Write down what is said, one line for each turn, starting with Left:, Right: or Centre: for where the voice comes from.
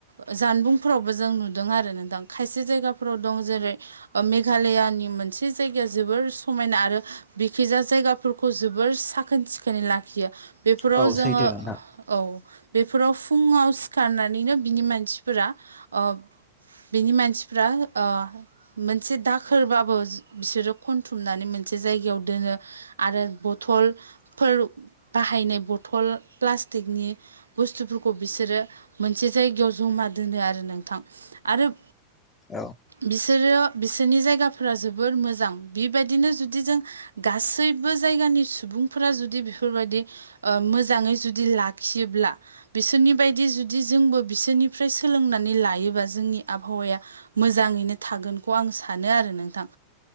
Right: ओ जानबुंफोरावबो जों नुदों आरो नोंथां खायसे जायगाफोराव दं जेरै ओ मेघालयानि मोनसे जायगाया जोबोर समायना आरो बिखिजा जायगाफोरखौ जोबोर साखोन सिखोनै लाखियो बेफोराव
Left: औ
Right: जोङो
Left: सैथो नोंथां
Right: औ बेफोराव फुङाव सिखारनानैनो बिनि मानसिफोरा ओ बिनि मानसिफ्रा ओ मोनसे दाखोरबाबो बिसोरो खनथुमनानै मोनसे जायगायाव दोनो। आरो बथलफोर बाहायनाय बथल प्लास्टिकनि बुस्थुफोरखौ बिसोरो मोनसे जायगायाव जमा दोनो आरो नोंथां। आरोब
Left: औ
Right: बिसोरो बिसोरनि जायगाफोरा जोबोर मोजां बिबायदिनो जुदि जों गासैबो जायगानि सुबुं फोरा जुदि बेफोरबादि ओ मोजाङै जुदि लाखियोब्ला बिसोरनि बायदि जुदि जोंबो बिसोरनिफ्राय सोलोंनानै लायोबा जोंनि आबहावाया मोजाङैनो थागोनखौ आं सानो आरो नोंथां।